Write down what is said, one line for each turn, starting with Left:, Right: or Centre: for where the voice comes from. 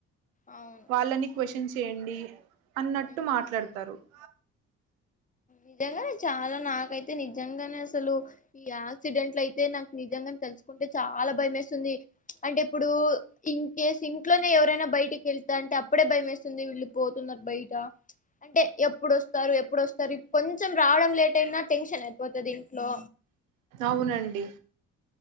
Left: అవును
Right: వాళ్ళని క్వశ్చన్ చేయండి అన్నట్టు
Left: ఉమ్,
Right: మాట్లాడతారు వ్
Left: నిజంగానే చాలా నాకైతే నిజంగానే అసలు ఈ యాక్సిడెంట్లు అయితే నాకు నిజంగా తెలుసు కుంటే చాలా భయం వేస్తుంది అంటే ఇప్పుడు ఇన్ కేస్ ఇంట్లోనే ఎవరైనా బయట ఇంటికి వెళ్తా అంటే అప్పుడే భయ వేస్తుంది వీళ్ళు పోతున్నారు బయట అంటే ఎప్పుడు వస్తారు సర కొంచెం రావడం లేట్ అయినా టెన్షన్ అయిపోతుది ఇంట్లో
Right: అవునండి